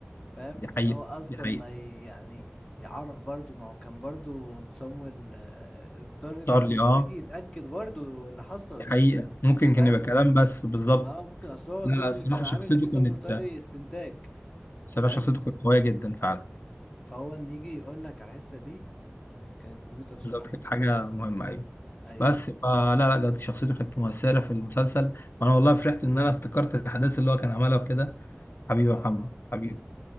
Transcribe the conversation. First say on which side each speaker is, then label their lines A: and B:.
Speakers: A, on the left (about 20°); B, on the left (about 55°).
A: فاهم
B: دي
A: ان
B: حقيقه
A: هو اصلا
B: دي حقيقة
A: ما ي- يعني يعرف برضو ما هو كان برضو تسامويل آه، الضر
B: اختار
A: ده كان
B: لي
A: محتاج
B: اه
A: يتأكد برضو اللي حصل
B: دي حقيقة ممكن
A: فاهم
B: كان يبقى كلام بس بالظبط
A: اه ممكن اصل هو
B: لا
A: كل
B: لا
A: اللي
B: الصراحة
A: كان عامل
B: شخصيته
A: فيه سامويل
B: كانت
A: طري استنتاج
B: الصراحة
A: فاهم
B: شخصيته كانت قوية جدا فعلا
A: فهو ان يجي يقول لك على الحتة دي كانت مميتة بصراحة
B: بالظبط كانت حاجة مهمة أيوة
A: ايوه
B: بس فلا لا لا، بجد شخصيته كانت مؤثرة في المسلسل وأنا والله فرحت إن أنا افتكرت الأحداث اللي هو كان عملها وكده حبيبي يا محمد
A: والله
B: حبيبي